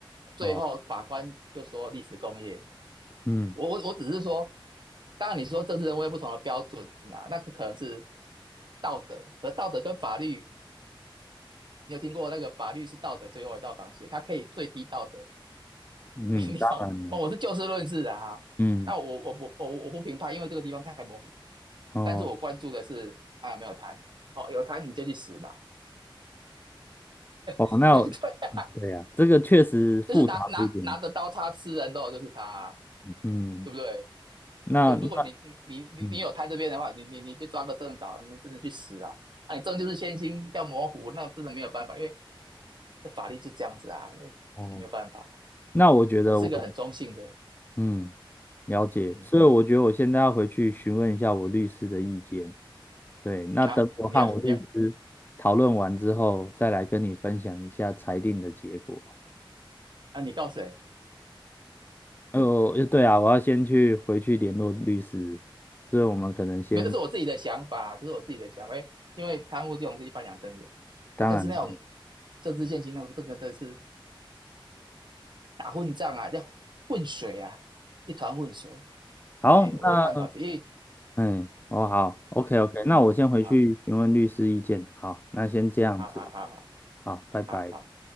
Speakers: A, on the right (about 55°); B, on the left (about 20°).
A: 最后法官就说历史工业，
B: 哦，嗯
A: 我我我只是说，当然你说政治人物有不同的标准啦，啊那可能是道德，而道德跟法律，你有听过那个法律是道德最后一道防线，它可以最低道德，<laughs>
B: 嗯，
A: 你懂？
B: 当然了，
A: 我我是就事论事的哈，
B: 嗯，
A: 那我我不我我不评判，因为这个地方太模糊，
B: 哦
A: 但是我关注的是啊有没有谈哦，有谈你就去死吧。
B: 哦，
A: <laughs>
B: 那我
A: 对对啊，
B: 对呀、这个确实复杂了一点。
A: 就是拿拿拿着刀叉吃人肉就是他啊
B: 嗯，
A: 对不对？
B: 那那
A: 对，如果你你你你你有摊这边的话，
B: 嗯，
A: 你你你被抓个正着，那真的去死啊！那你证就是先行要模糊，那真的没有办法，因为这法律就这样子啊，那
B: 哦，
A: 没有办法。
B: 那我觉得我，
A: 我是一个很中性的，
B: 嗯。了解，
A: 嗯
B: 所以我觉得我现在要回去询问一下我律师的意见。对，那等我和我律师讨论完之后，
A: 啊，你要你要
B: 再来跟你分享一下裁定的结果。
A: 啊，你告谁？
B: 哦，呃对啊，我要先去回去联络律师，所以我们可能先，
A: 因为这是我自己的想法，这是我自己的想法，因为因为贪污这种是一翻两瞪眼啊，
B: 当然啦，
A: 但是那种政治现金那种这个真的是打混战啊，要混水啊，一团混水。
B: 好，
A: 哎，我的看法是因为，
B: 那嗯，哦好，OK
A: 嗯，
B: OK，那我先回去询问律师意见。
A: 好，
B: 好，那先这样子，
A: 好，好，好，好，
B: 好，拜拜。
A: 好，好，